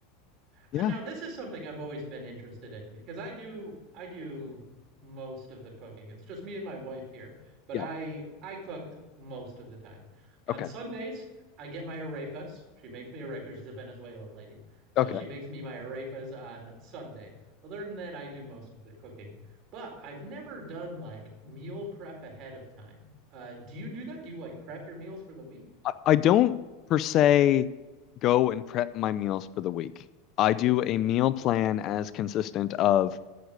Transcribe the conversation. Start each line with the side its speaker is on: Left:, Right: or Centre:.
Left: yeah,
Right: Uh, Now, this is something I've always been interested in because I do I do most of the cooking. It's just me and my wife here, but
Left: yeah.
Right: I I cook most of the time. On
Left: Okay.
Right: Sundays, I get my arepas. She makes me arepas. She's a Venezuelan lady, so
Left: Okay.
Right: she makes me my arepas on Sunday. Other than that, I do most of the cooking. But I've never done like meal prep ahead of time. Uh, do you do that? Do you like prep your meals for the week?
Left: I, I don't per se go and prep my meals for the week. I do a meal plan as consistent of